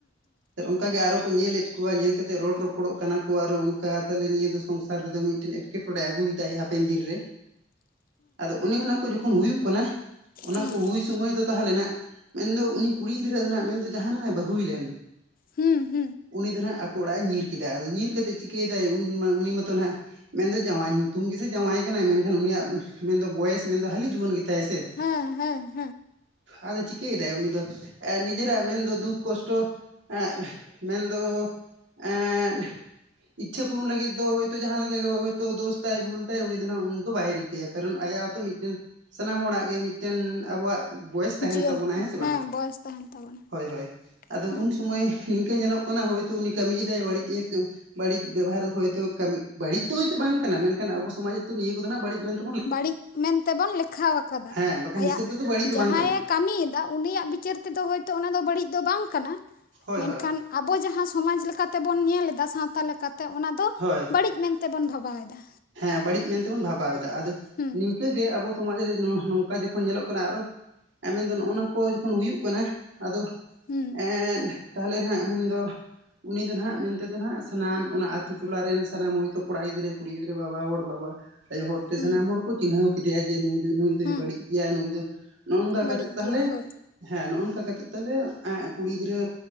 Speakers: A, on the right (about 70°); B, on the left (about 50°).
A: ᱚᱱᱠᱟᱜᱮ ᱟᱨᱦᱚᱸ ᱠᱚ ᱧᱮᱞᱮᱫ ᱠᱚᱣᱟ ᱧᱮᱞ ᱠᱟᱛᱮ ᱨᱚᱲ ᱨᱚᱯᱚᱲᱚᱜ ᱠᱟᱱᱟ ᱠᱚ ᱟᱨᱦᱚᱸ ᱚᱱᱠᱟ ᱛᱟᱦᱚᱞᱮ ᱱᱤᱭᱟᱹ ᱫᱚ ᱥᱚᱝᱥᱟᱨ ᱨᱮᱫᱚ ᱢᱤᱫᱴᱮᱱ ᱮᱴᱠᱮᱴᱚᱬᱮ ᱮᱴᱠᱮᱴᱚᱬᱮ ᱟᱹᱜᱩᱭ ᱮᱫᱟᱭ ᱦᱟᱯᱮᱱ ᱫᱤᱱ ᱨᱮ ᱟᱫᱚ ᱚᱱᱮ ᱚᱱᱟ ᱠᱚ ᱡᱚᱠᱷᱚᱱ ᱦᱩᱭᱩᱜ ᱠᱟᱱᱟ, ᱚᱱᱟ
B: ᱦᱩᱸ
A: ᱠᱚ ᱦᱩᱭ ᱥᱚᱢᱚᱭ ᱫᱚ ᱛᱟᱦᱮᱸ ᱞᱮᱱᱟ ᱢᱮᱱ ᱫᱚ ᱩᱱᱤ ᱠᱩᱲᱤ ᱜᱤᱫᱽᱨᱟᱹ ᱨᱮᱱᱟᱜ ᱢᱮᱱ ᱫᱚ ᱡᱟᱦᱟᱱᱟᱜᱼ ᱮ ᱵᱟᱹ ᱦᱩᱭ ᱞᱮᱱ
B: ᱦᱩᱸ
A: ᱩᱱᱤ ᱫᱚ ᱱᱟᱦᱟᱸᱜ ᱟᱠᱚ ᱚᱲᱟᱜ ᱮ ᱧᱤᱨ ᱠᱮᱫᱟ ᱟᱫᱚ ᱧᱤᱨ ᱠᱟᱛᱮᱫ ᱪᱤᱠᱟᱹᱭ ᱫᱟᱭ ᱩᱱ ᱢᱟ ᱩᱱᱤ ᱢᱟᱛᱚ ᱱᱟᱜ ᱢᱮᱱ ᱫᱚ ᱡᱟᱸᱶᱟᱭ ᱧᱩᱛᱩᱢ ᱜᱮ ᱥᱮ ᱡᱟᱸᱶᱟᱭ ᱠᱟᱱᱟᱭ ᱢᱮᱱᱠᱷᱟᱱ ᱩᱱᱤᱭᱟᱜ ᱢᱮᱱ ᱫᱚ ᱵᱚᱭᱮᱥ ᱢᱮᱱ ᱫᱚ ᱦᱟᱹᱞᱤ ᱡᱩᱣᱟᱹᱱ ᱜᱮᱛᱟᱭ ᱥᱮ᱾
B: ᱦᱩᱸ ᱦᱩᱸ
A: ᱟᱫᱚ ᱪᱤᱠᱟᱹᱭ ᱮᱫᱟᱭ ᱩᱱᱤ ᱫᱚ ᱱᱤᱡᱮᱨᱟᱜ ᱢᱮᱱ ᱫᱚ ᱫᱩᱠ ᱠᱚᱥᱴᱚ ᱮᱸᱻᱯ ᱢᱮᱱᱫᱚ ᱮᱸᱻᱫ ᱤᱪᱪᱷᱟᱹ ᱯᱩᱨᱩᱱ ᱞᱟᱹᱜᱤᱫ ᱫᱚ ᱦᱚᱭᱛᱚ ᱡᱟᱦᱟᱸ ᱞᱮᱠᱟ ᱦᱚᱭᱛᱚ ᱫᱳᱥ ᱛᱟᱭ ᱵᱷᱩᱞ ᱛᱟᱭ ᱩᱱᱤ ᱫᱚ ᱱᱟᱜ ᱩᱱ ᱫᱚ ᱵᱟᱭ ᱨᱤᱠ ᱜᱮᱭᱟ ᱠᱟᱨᱚᱱ ᱟᱭᱟᱜ ᱦᱚᱛᱚ ᱢᱤᱫᱴᱮᱱ ᱥᱟᱱᱟᱢ ᱦᱚᱲᱟᱜ ᱜᱮ ᱢᱤᱫᱴᱮᱱ ᱟᱵᱚᱣᱟᱜ ᱵᱚᱭᱮᱥ ᱛᱟᱦᱮᱱ
B: ᱦᱩᱸ
A: ᱛᱟᱵᱚᱱᱟ ᱦᱮᱸ ᱥᱮ
B: ᱦᱩᱸ
A: ᱵᱟᱝ᱾
B: ᱦᱩᱸ ᱵᱟᱭ ᱡᱤᱭᱚᱱ ᱵᱚᱭᱮᱥ ᱛᱟᱦᱮᱱ ᱛᱟᱵᱚᱱᱟ
A: ᱦᱳᱭ ᱦᱳᱭ, ᱟᱫᱚ
B: ᱦᱮᱸ
A: ᱩᱱ ᱥᱚᱢᱚᱭ ᱱᱚᱝᱠᱟᱹ ᱧᱮᱞᱚᱜ ᱠᱟᱱᱟ ᱦᱚᱭᱛᱚ ᱩᱱᱤ ᱠᱟᱹᱢᱤᱭ ᱮᱫᱟᱭ ᱵᱟᱹᱲᱤᱡ ᱮ ᱵᱟᱹᱲᱤᱡ ᱵᱮᱵᱟᱨ ᱦᱚᱭᱛᱚ ᱠᱟᱹᱢᱤ ᱵᱟᱹᱲᱤᱡ ᱫᱚ ᱦᱚᱭᱛᱚ ᱵᱟᱝ ᱠᱟᱱᱟ, ᱢᱮᱱᱠᱷᱟᱱ ᱟᱵᱚ ᱥᱚᱢᱟᱡᱽ ᱨᱮᱫᱚ ᱱᱤᱭᱟᱹ ᱠᱚᱫᱚ ᱱᱟᱦᱟᱜ ᱵᱟᱹᱲᱤᱡ ᱢᱮᱱᱛᱮ
B: ᱵᱟᱹᱲᱤᱡ ᱢᱮᱱᱛᱮ ᱵᱚᱱ ᱞᱮᱠᱷᱟ ᱟᱠᱟᱫᱟ
A: ᱦᱮᱸ ᱵᱟᱠᱷᱟᱱ
B: ᱟᱭᱟᱜ
A: ᱦᱤᱥᱟᱹᱵ ᱨᱮᱫᱚ ᱵᱟᱹᱲᱤᱡ ᱫᱚ
B: ᱡᱟᱦᱟᱸ‌ᱭ
A: ᱵᱟᱝ ᱠᱟᱱᱟ
B: ᱮ ᱠᱟᱹᱢᱤᱭ ᱮᱫᱟ ᱩᱱᱤᱭᱟᱜ ᱵᱤᱪᱟᱹᱨ ᱛᱮᱫᱚ ᱦᱚᱭᱛᱚ ᱚᱱᱟ ᱫᱚ ᱵᱟᱹᱲᱤᱡ ᱫᱚ ᱵᱟᱝ ᱠᱟᱱᱟ,
A: ᱦᱳᱭ
B: ᱢᱮᱱᱠᱷᱟᱱ
A: ᱦᱳᱭ
B: ᱟᱵᱚ ᱡᱟᱦᱟᱸ ᱥᱚᱢᱟᱡᱽ ᱞᱮᱠᱟ ᱛᱮᱵᱚᱱ ᱧᱮᱞ ᱮᱫᱟ ᱥᱟᱶᱛᱟ ᱞᱮᱠᱟᱛᱮ ᱚᱱᱟ ᱫᱚ
A: ᱦᱳᱣ
B: ᱵᱟᱹᱲᱤᱡ ᱢᱮᱱᱛᱮᱵᱚᱱ ᱵᱷᱟᱵᱟᱣᱮᱫᱟ᱾
A: ᱦᱮᱸ ᱵᱟᱹᱲᱤᱡ ᱢᱮᱱᱛᱮᱵᱚᱱ ᱵᱷᱟᱵᱟᱣᱮᱫᱟ ᱟᱫᱚ
B: ᱦᱩᱸ
A: ᱱᱤᱝᱠᱟᱹ ᱜᱮ ᱟᱵᱚ ᱥᱚᱢᱟᱡᱽ ᱨᱮ ᱱᱚᱝᱠᱟ ᱡᱚᱠᱷᱚᱱ ᱧᱮᱞᱚᱜ ᱠᱟᱱᱟ ᱟᱨᱦᱚᱸ ᱮ ᱢᱮᱱ ᱫᱚ ᱱᱚᱜᱼᱚ ᱱᱚᱣᱟ ᱠᱚ ᱡᱚᱠᱷᱚᱱ ᱦᱩᱭᱩᱜ ᱠᱟᱱᱟ ᱟᱫᱚ
B: ᱦᱩᱸ
A: ᱮᱸᱻ ᱮᱫ ᱛᱟᱦᱚᱞᱮ ᱦᱟᱸᱜ ᱢᱮᱱᱫᱚ ᱩᱱᱤ ᱫᱚ ᱦᱟᱜ ᱢᱮᱱᱛ ᱫᱚᱚ ᱦᱟᱜ ᱥᱟᱱᱟᱢ ᱚᱱᱟ ᱟᱹᱛᱩ ᱴᱚᱞᱟ ᱨᱮᱱ ᱥᱟᱱᱟᱢ ᱦᱚᱭᱛᱳ ᱠᱚᱲᱟ ᱜᱤᱫᱽᱨᱟᱹ ᱠᱩᱲᱤ ᱜᱤᱫᱽᱨᱟᱹ ᱵᱟᱵᱟ ᱦᱚᱲ ᱵᱟᱵᱟ ᱟᱭᱳ ᱦᱚᱲᱛᱮ
B: ᱦᱩᱸ
A: ᱥᱟᱱᱟᱢ ᱦᱚᱲ ᱠᱚ ᱪᱤᱱᱦᱟᱹᱣ ᱠᱮᱫᱮᱭᱟ ᱡᱮ ᱱᱩᱭ ᱫᱚ ᱱᱩᱭ ᱫᱚᱭ
B: ᱦᱩᱸ
A: ᱵᱟᱹᱲᱤᱡ ᱜᱮᱭᱟ ᱱᱩᱭ ᱫᱚ ᱱᱚᱜ-ᱚᱝᱠᱟ ᱠᱟ
B: ᱵᱟᱹᱲᱤᱡ
A: ᱠᱟᱛᱮᱫ ᱛᱟᱦᱚᱞᱮ
B: ᱜᱮᱭᱟ ᱦᱳᱭ
A: ᱦᱮᱸ ᱱᱚᱜ-ᱚᱝᱠᱟ ᱠᱟᱛᱮᱫ ᱛᱟᱦᱚᱞᱮ ᱮ ᱠᱩᱲᱤ ᱜᱤᱫᱽᱨᱟᱹ